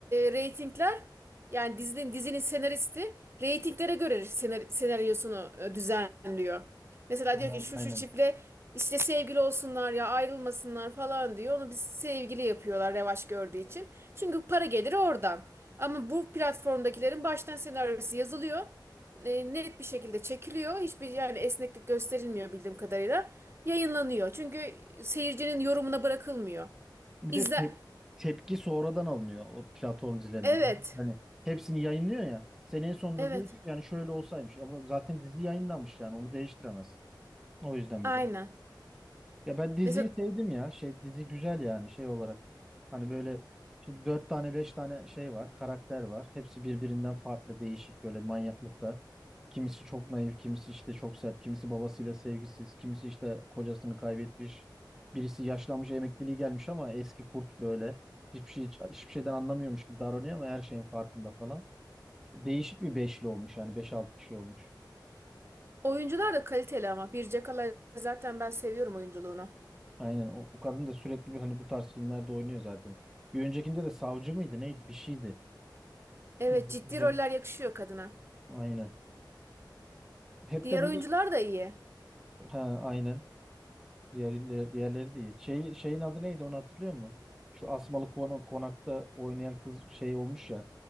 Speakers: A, on the right; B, in the centre.
A: reytingler yani dizinin, dizinin senaristi reytinglere göre senar- senaryosunu e, düzenliyor. Mesela
B: Aynen.
A: diyor ki şu
B: aynen.
A: şu çiftle işte sevgili olsunlar ya ayrılmasınlar falan diyor. Onu biz sevgili yapıyorlar revaç gördüğü için. Çünkü para geliri oradan. Ama bu platformdakilerin baştan senaryosu yazılıyor. E, net bir şekilde çekiliyor. Hiçbir yani esneklik gösterilmiyor bildiğim kadarıyla. Yayınlanıyor. Çünkü seyircinin yorumuna bırakılmıyor.
B: Bir
A: İzle
B: de te- tepki sonradan alınıyor o platform dizilerinde.
A: Evet.
B: Hani hepsini yayınlıyor ya. Senin sonunda
A: Evet.
B: diyorsun ki yani şöyle olsaymış. Ama zaten dizi yayınlanmış yani onu değiştiremez. O yüzden
A: Aynen.
B: bir de. Ya ben diziyi
A: Mesela
B: sevdim ya. Şey dizi güzel yani şey olarak. Hani böyle şimdi dört tane beş tane şey var, karakter var. Hepsi birbirinden farklı, değişik böyle manyaklıkta. Kimisi çok naif, kimisi işte çok sert, kimisi babasıyla sevgisiz, kimisi işte kocasını kaybetmiş. Birisi yaşlanmış, emekliliği gelmiş ama eski kurt böyle. Hiçbir şey hiçbir şeyden anlamıyormuş gibi davranıyor ama her şeyin farkında falan. Değişik bir beşli olmuş yani beş altı kişi olmuş.
A: oyuncular da kaliteli ama. Bir Cakala zaten ben seviyorum oyunculuğunu.
B: Aynen o, o kadın da sürekli bir hani bu tarz filmlerde oynuyor zaten. Bir öncekinde de savcı mıydı neydi bir şeydi.
A: Evet
B: İz-
A: ciddi
B: İzlemiş.
A: roller yakışıyor kadına.
B: Aynen. Hep
A: Diğer
B: de böyle
A: oyuncular da iyi.
B: ha aynen. Diğerleri, diğerleri değil. Şey, şeyin adı neydi onu hatırlıyor musun? Şu Asmalı Kon- Konak'ta oynayan kız şey olmuş ya.